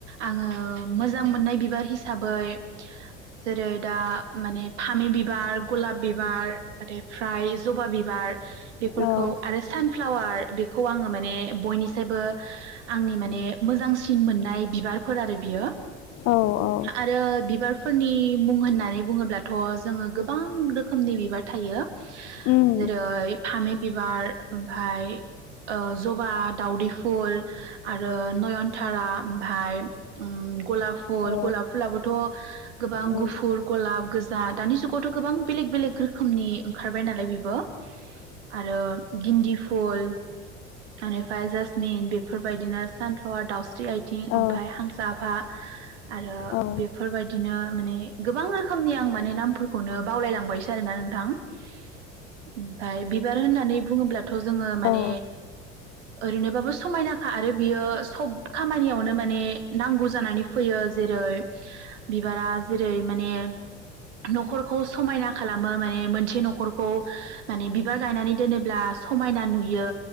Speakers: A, on the right (about 70°); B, on the left (about 45°).
A: आङो मो जां मोननाय बिबार हिसाबै जेरै- दा माने फामि बिबार गलाब बिबार बेनिफ्राय जबा बिबार बेफोरखौ
B: औ
A: आरो सानफ्लावार बेखौ आङो माने बयनि निसायबो आंनि माने मोजांसिन मोननाय बिबारफोर आरो बियो।
B: औ औ
A: आरो बिबार फोरनि मुं होननानै बुङोब्लाथ' जोङो गोबां रोखोमनि बिबार थायो
B: उम
A: जेरै पामि बिबार ओमफ्राय जबा दाउदै फुल आरो नयनथारा ओमफाय ओम गलाब फुल
B: औ
A: गलाब फुलाबोथ' गोबां
B: उम
A: गुफुर गलाब गोजा दानि जुगावथ' गोबां बेलेग बेलेग रो खोमनि ओंखारबाय नालाय बेबो। आरो गिन्दि फुल आनिफाय जास मेइन बेफोरबायदिनो सानफ्लावार दाउस स्रि आइथिं
B: औ
A: ओमफफ्राय हांसाफा। आरो
B: औ
A: बेफोरबायदिनो माने गोबां रोखोमनि आं माने नामफोरखौनो बावलायलांबायसो आरोना नोंथां ओमफ्राय बि बिबार होननानै बुङोब्ला थ' जोङो
B: औ
A: माने ओरैनोबाबो समायनाखा आरो बियो सब खामानियावनो माने नांगौ जानानै फैयो जेरै बिबारा जेरै माने न'खरखौ समायना खालामो माने मोनसे न'खरखौ माने बिब बिबार गायनानै दोनोब्ला समायना नुयो